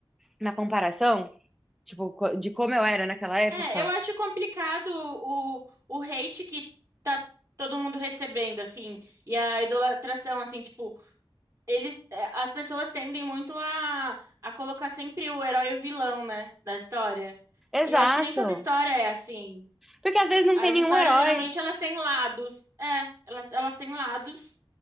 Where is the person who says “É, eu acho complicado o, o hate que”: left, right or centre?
Right